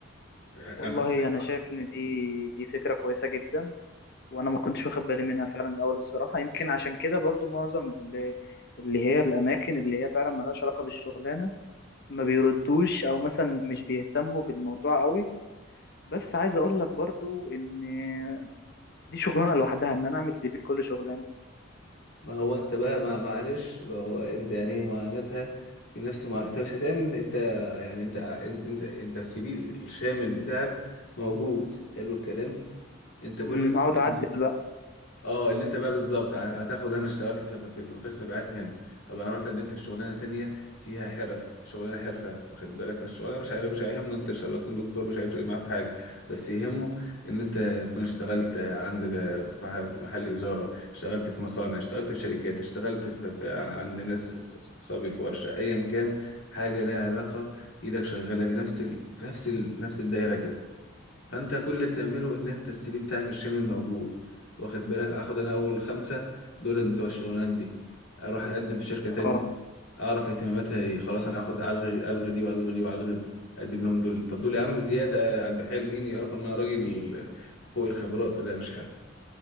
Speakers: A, on the left; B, on the left.
A: أخدت.
B: والله انا شايف ان دي دي فكره كويسه جدا وانا ما كنتش واخد بالي منها فعلا الاول الصراحه يمكن عشان كده برضو معظم اللي, اللي هي الاماكن اللي هي فعلا ملهاش علاقه بالشغلانه ما بيردوش او مثلا مش بيهتموا بالموضوع قوي بس عايز اقول لك برضو ان دي شغلانه لوحدها ان انا اعمل سي في لكل شغلانه
A: ما هو انت بقى ما معلش ما هو انت يعني ايه معاناتها في نفس ما انت مش هتعمل انت يعني انت انت انت, انت السي في الشامل بتاعك موجود حلو الكلام انت كل
B: امم اقعد
A: <laughs>
B: اعدل بقى
A: اه اللي انت بقى بالظبط ه- هتاخد انا اشتغلت في في القسم بعت هنا طب انا رحت قدمت في شغلانه تانية فيها حرف شغلانه حرفه واخد بالك فالشغلانه مش هيغ- مش هيهمه انت ان شاء الله تكون دكتور مش هيفرق معاه في حاجه بس يهمه ان انت تكون اشتغلت عندك في مح- محل تجاره اشتغلت في مصانع اشتغلت في شركات اشتغلت في, في عن- عند ناس ص- صبي في ورشه ايا كان حاجه لها علاقه ايدك شغاله في نفس ال... في نفس ال... نفس الدايره كده فانت كل اللي بتعمله ان انت السي في بتاعك الشامل موجود واخد بالك اخد انا اول خمسه دولت بتوع الشغلانات دي اروح اقدم في شركه تانية
B: اه
A: اعرف اهتماماتها ايه خلاص انا اخد الغي الغي دي والغي دي والغي دي اقدم لهم دول طب دول يا عم زياده على حلوين يعرفوا ان انا راجل فوق الخبرات لا مش حلو